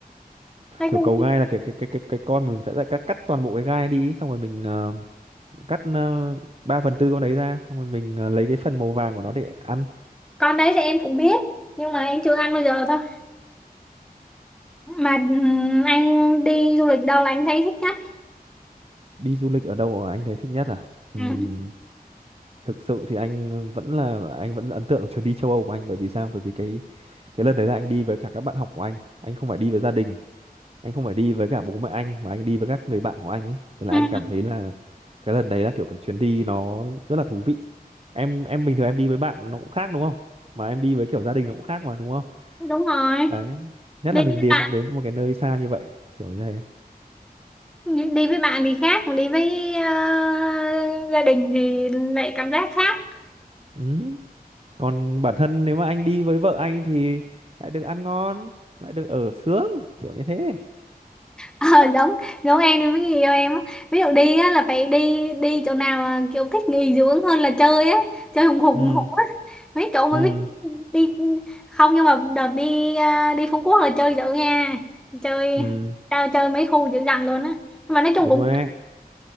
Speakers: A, in the centre; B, on the right.
A: nói
B: kiểu
A: chung
B: cầu gai là kiểu cái cái cái cái con mình sẽ lại cắt cắt toàn bộ cái gai đi xong rồi mình à, cắt ờ, 3 phần tư con đấy ra xong rồi mình ờ, lấy cái phần màu vàng của nó để ăn
A: con đấy thì em cũng biết nhưng mà em chưa ăn bao giờ thôi mà ừm, anh đi du lịch đâu là anh thấy thích nhất
B: đi du lịch ở đâu mà anh thấy thích nhất à Ừm,
A: ừ.
B: thực sự thì anh vẫn là anh vẫn ấn tượng chuyến đi châu Âu của anh bởi vì sao bởi vì cái cái lần đấy là anh đi với cả các bạn học của anh anh không phải đi với gia đình anh không phải đi với cả bố mẹ anh mà anh đi với các người bạn của anh ấy thế là
A: Ừ.
B: anh cảm thấy là cái lần đấy là kiểu cái chuyến đi nó rất là thú vị em em bình thường em đi với bạn nó cũng khác đúng không mà em đi với kiểu gia đình nó cũng khác mà đúng không
A: đúng rồi
B: đấy nhất
A: đi
B: là mình
A: với
B: đến
A: bạn
B: đến một cái nơi xa như vậy kiểu như thế
A: đi với bạn thì khác còn đi với ờ, gia đình thì lại cảm giác khác
B: ừ. còn bản thân nếu mà anh đi với vợ anh thì lại được ăn ngon lại được ở sướng kiểu như thế
A: Ờ, giống giống em thì mới người yêu em á. ví dụ đi á, là phải đi đi chỗ nào mà kiểu thích nghỉ dưỡng hơn là chơi á chơi hùng hục
B: ừ
A: hùng hục á mấy chỗ mà
B: ừ
A: thích đi không nhưng mà đợt đi à, đi Phú Quốc là chơi dữ nha chơi
B: ừ
A: chơi chơi mấy khu dữ dằn luôn á nhưng mà nói chung
B: đúng
A: cũng
B: rồi đấy